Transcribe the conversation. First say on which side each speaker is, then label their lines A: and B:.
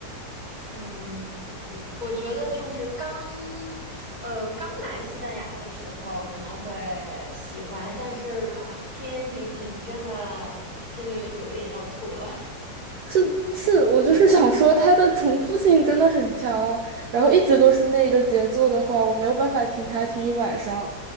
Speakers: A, on the right; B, on the right.
A: 嗯，我我觉得就是刚呃刚来西班牙的时候可能会喜欢，但是啊，天天听真的真的有一点要吐了。
B: 是是，我就是 <laughs> 想说它的重复性真的很强，然后一直都是那一个节奏的话，我没有办法听它听一晚上，